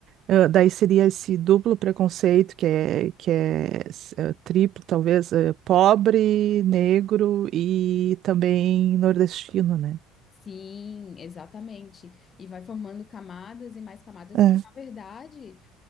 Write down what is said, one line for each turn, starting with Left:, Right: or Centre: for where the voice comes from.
Right: eh, daí seria esse duplo preconceito que é, que é s- eh, triplo, talvez, eh, pobre, negro e também nordestino, né?
Left: Sim, exatamente. E vai formando camadas e mais camadas,
Right: É,
Left: e que, na verdade,